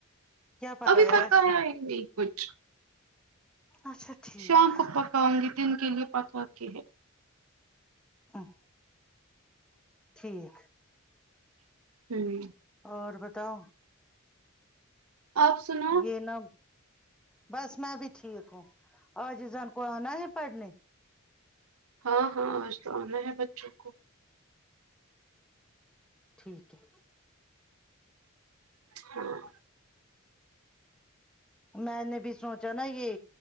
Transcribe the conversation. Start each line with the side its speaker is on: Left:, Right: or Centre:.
Centre: کیا پکایا
Right: ابھی پتا
Centre: آج
Right: ہے ہی نہیں کچھ
Centre: اچھا ٹھیک
Right: شام پکاؤں گی دن کے لیے پکاتی ہے
Centre: ہاں ٹھیک
Right: ہوں
Centre: اور بتاؤ
Right: آپ سنا
Centre: یہ نہ بس میں بھی ٹھیک ہوں اورجزن کو آنا ہے پڑھنے
Right: ہاں ہاں آج تو آنا ہے بچوں کو
Centre: ٹھیک ہے
Right: ہاں
Centre: میں نے بھی سوچا نا یہ